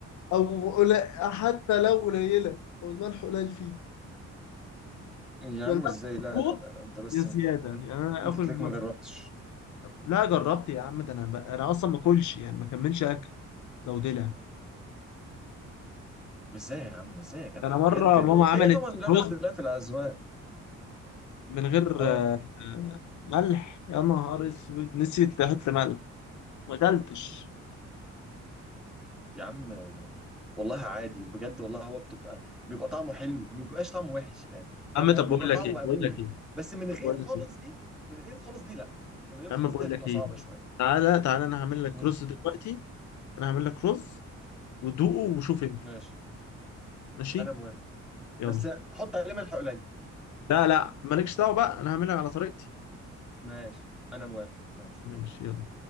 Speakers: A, on the left; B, in the centre.
A: او قليل حتى لو قليله لو الملح قليل فيها
B: يا
A: يا
B: عم
A: الملح
B: ازاي
A: مظبوط
B: لا لا لا, لا. انت بس
A: يا زياده
B: انت,
A: يعني انا
B: انت
A: اكل
B: تلاقيك
A: مثلا
B: ما جربتش
A: لا جربت يا عم ده انا ب... انا اصلا ما اكلش يعني ما كملش اكل لو دلع
B: طب ازاي يا عم ازاي يا جدع
A: ده انا مره
B: بجد
A: ماما عملت
B: هي طبعا لولا
A: رز
B: اختلاف الاذواق
A: من غير
B: اه
A: آه، ملح يا نهار اسود نسيت احط ملح ما اكلتش
B: يا عم والله عادي بجد والله هو بتبقى بيبقى طعمه حلو ما بيبقاش طعمه وحش يعني فاهم
A: يا عم طب
B: هو بيبقى
A: بقول لك
B: طعمه
A: ايه
B: مقبول
A: بقول لك ايه
B: بس من
A: طب
B: غير
A: بقول
B: خالص
A: لك ايه
B: دي من غير خالص دي لا من غير
A: يا
B: خالص
A: عم بقول
B: دي هتبقى
A: لك ايه
B: صعبة شوية
A: تعالى تعالى انا هعمل لك
B: امم
A: رز دلوقتي انا هعمل لك رز ودوقه وشوف انت
B: ماشي
A: ماشي
B: انا موافق
A: يلا
B: بس حط عليه ملح قليل
A: لا لا مالكش دعوه بقى انا هعملها على طريقتي
B: ماشي انا موافق ماشي
A: ماشي يلا